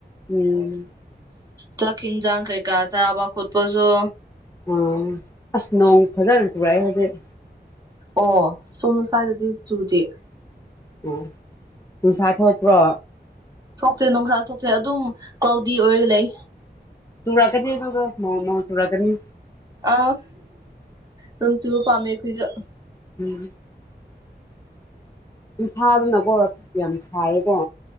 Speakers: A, on the left; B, on the right.
A: ꯎꯝ
B: ꯆꯥꯛ ꯍꯤꯟꯖꯥꯡ ꯀꯩ ꯀ ꯆꯥꯕ ꯈꯣꯠꯄꯁꯨ
A: ꯑ ꯑꯁ ꯅꯣꯡ ꯐꯖꯅ ꯆꯨꯔꯛꯑꯦ ꯍꯧꯖꯤꯛ
B: ꯑꯣ ꯁꯨꯝ ꯁꯏꯗꯗꯤ ꯆꯨꯗꯦ
A: ꯑꯣ ꯅꯨꯡꯁꯥ ꯊꯣꯛꯄ꯭ꯔꯣ
B: ꯊꯣꯛꯇꯦ ꯅꯨꯡꯁꯥ ꯊꯣꯛꯇꯦ ꯑꯗꯨꯝ ꯀ꯭ꯂꯥꯎꯗꯤ ꯑꯣꯏꯔ ꯂꯩ
A: ꯇꯨꯔꯛꯀꯅꯤ ꯑꯗꯨꯒ ꯅ ꯅꯣꯡ ꯆꯨꯔꯛꯀꯅꯤ
B: ꯑ ꯅꯣꯡ ꯆꯨꯕ ꯄꯥꯝꯃꯦ ꯑꯩꯈꯣꯏꯁꯨ
A: <unintelligible> ꯏꯝꯐꯥꯜꯅꯤꯅꯀꯣ ꯌꯥꯝ ꯁꯥꯏꯌꯦꯀꯣ